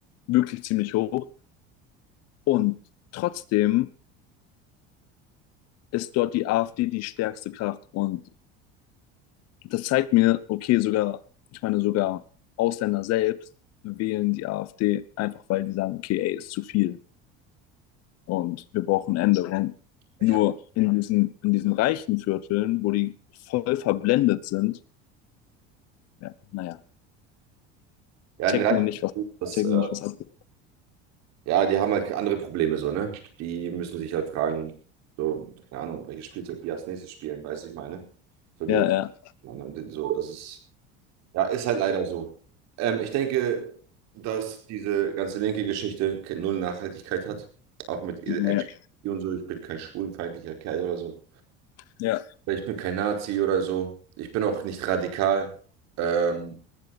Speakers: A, on the left (about 60°); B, on the right (about 65°).
A: wirklich ziemlich hoch. Und trotzdem ist dort die AfD die stärkste Kraft. Und das zeigt mir, okay, sogar, ich meine, sogar Ausländer selbst wählen die AfD einfach, weil die sagen, okay, ey, ist zu viel und wir brauchen Änderungen.
B: Ich
A: Nur
B: habe
A: in diesen, in diesen reichen Vierteln, wo die voll verblendet sind, ja, naja,
B: Ja,
A: checken
B: den Reichen,
A: die nicht, was,
B: das,
A: checken
B: äh,
A: nicht, was abgeht.
B: ja, die haben halt andere Probleme so, ne? Die müssen sich halt fragen, so, keine Ahnung, welches Spielzeug die als nächstes spielen, weißt du, ich meine. So, die,
A: Ja, ja,
B: so, das ist Ja, ist halt leider so. Ähm, ich denke, dass diese ganze linke Geschichte ke- null Nachhaltigkeit hat. Auch mit
A: ja,
B: LGBT
A: ja.
B: und so. Ich bin kein schwulenfeindlicher Kerl oder so.
A: Ja,
B: Weil Ich bin kein Nazi oder so. Ich bin auch nicht radikal. Ähm,